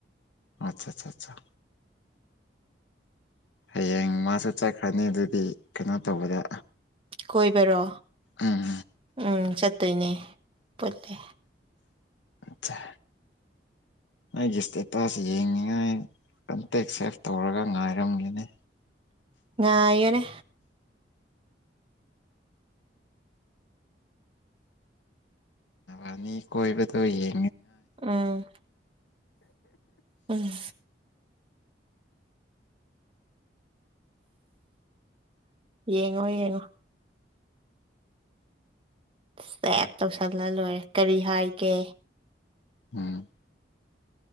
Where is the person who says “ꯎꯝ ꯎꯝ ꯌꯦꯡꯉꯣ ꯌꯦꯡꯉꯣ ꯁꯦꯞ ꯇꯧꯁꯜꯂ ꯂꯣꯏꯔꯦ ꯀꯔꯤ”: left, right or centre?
Right